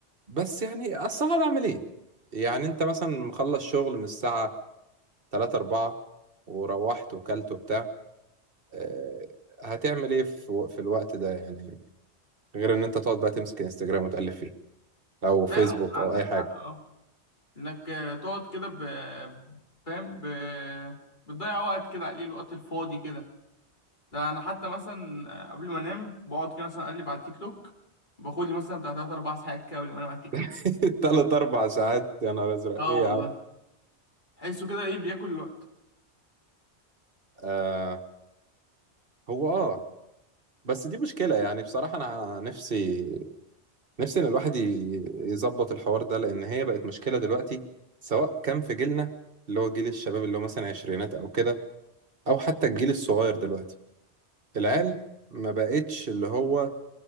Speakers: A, on the right (about 55°); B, on the left (about 45°).
A: بس يعني اصل أنا بعمل ايه يعني انت مثلا مخلص شغل من الساعه 3 4 وروحت وكلت وبتاع آه، هتعمل ايه في في الوقت ده يعني غير ان انت تقعد بقى تمسك انستجرام وتقلب فيه او فيسبوك
B: فعلا والله عندك
A: او اي
B: حق
A: حاجه
B: اه انك آه، تقعد كده ب... فاهم ب... بتضيع وقت كده عليه الوقت الفاضي كده ده انا حتى مثلا آه، قبل ما انام بقعد كده مثلا اقلب على التيك توك باخد لي مثلا بتاع 3 4 ساعات كده قبل ما انام على التيك توك
A: <laughs> 3 4 ساعات يا نهار ازرق
B: اه
A: ايه يا
B: والله
A: عم
B: تحسه كده ايه بياكل الوقت
A: آه هو اه بس دي مشكلة يعني بصراحة أنا نفسي نفسي ان الواحد ي- يظبط الحوار ده لان هي بقت مشكله دلوقتي سواء كان في جيلنا اللي هو جيل الشباب اللي هو مثلا عشرينات او كده او حتى الجيل الصغير دلوقتي العيال ما بقتش اللي هو